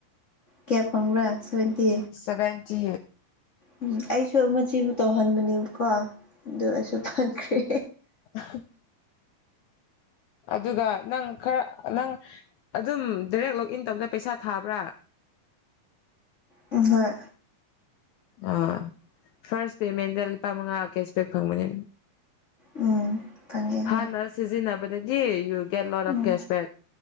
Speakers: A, on the left; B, on the left.
A: ꯀꯌꯥ ꯐꯪꯕ꯭ꯔꯥ ꯁꯕꯦꯟꯇꯤ
B: ꯁꯚꯦꯟꯇꯤ
A: ꯎꯝ ꯑꯩꯁꯨ ꯃꯆꯦꯕꯨ ꯇꯧꯍꯟꯕꯅꯦꯕꯀꯣ ꯑꯗꯨ ꯑꯩꯁꯨ ꯐꯪꯈ꯭ꯔꯦ
B: ꯑꯍꯥ ꯑꯗꯨꯒ ꯅꯪ ꯈꯔ ꯅꯪ ꯑꯗꯨꯝ ꯗꯥꯏꯔꯦꯛ ꯂꯣꯛ ꯏꯟ ꯇꯧꯕꯗ ꯄꯩꯁꯥ ꯊꯥꯕ꯭ꯔꯥ
A: ꯎꯝ ꯍꯣꯏ
B: ꯑꯥ ꯐꯥꯔꯁ ꯄꯦꯃꯦꯟꯗ ꯂꯨꯄꯥ ꯃꯉꯥ ꯀꯦꯁꯕꯦꯛ ꯐꯪꯕꯅꯦ
A: ꯎꯝ ꯐꯪꯉꯦ ꯍꯣꯏ
B: ꯍꯥꯟꯅ ꯁꯤꯖꯤꯟꯅꯕꯗꯗꯤ you get lot
A: um
B: of cashback